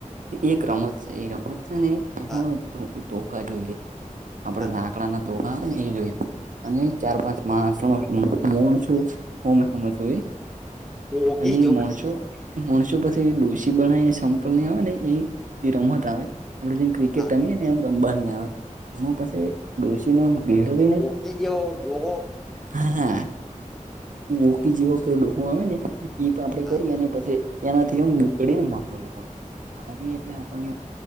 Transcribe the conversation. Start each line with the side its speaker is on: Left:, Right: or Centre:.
Right: એક રમત છે એ રમત છે ને એમાં
Centre: હા
Right: ધોખા જોઈએ આપડે
Centre: હા
Right: લાકડાના ધોકા આવે ને એ જોઈએ અને ચાર
Centre: હા
Right: પાંચ માણસ ણ છું હમે હમે તોય
Centre: ઓકે
Right: અનેણ
Centre: જો
Right: છું <unintelligible> મોણસુ પાછી એ ડોસી બનાવીને સંપલને આવે ને એ રમત આવે આપડે જેમ ક્રિકેટ
Centre: હા
Right: રમીએ ને એમ રમવાની આવે એમાં પાસે ડોશીનો આમ ગેળવીને <inaudible>
Centre: એ હ દહો
Right: હા વકી જેવો કે ડું આવે ને એ પણ આપડે
Centre: હા
Right: કરી અને પછી એનાથી એમ મોકડીને મારવું પડે મારીએ એટલે આપણને